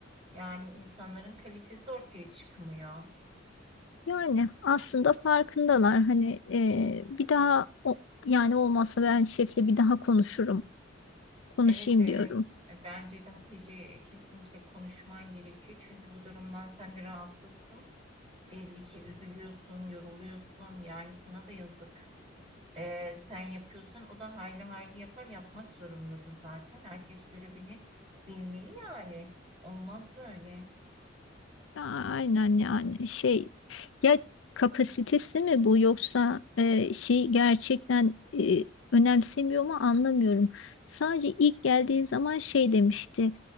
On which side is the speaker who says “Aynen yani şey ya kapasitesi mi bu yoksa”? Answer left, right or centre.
Left